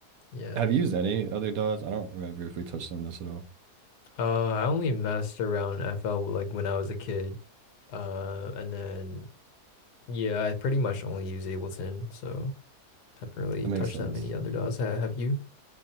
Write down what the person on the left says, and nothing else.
yeah.
Uh, I only messed around FL like when I was a kid. Uh, and then yeah, I pretty much only use Ableton, so haven't really
touched
that many other DAWs. Ha have you?